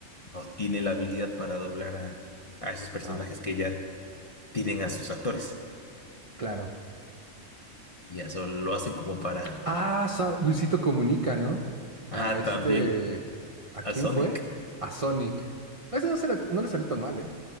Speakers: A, on the left; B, on the right.
A: no tiene la habilidad para doblar a, a esos personajes
B: Ah, pues,
A: que ya tienen a sus actores.
B: claro.
A: Y eso lo hacen como para...
B: Ah, sa- Luisito Comunica, ¿no? A
A: Ah,
B: este...
A: también
B: ¿A quién
A: a Sonic.
B: fue? A Sonic. A ese no, se le, no le salió tan mal, ¿eh?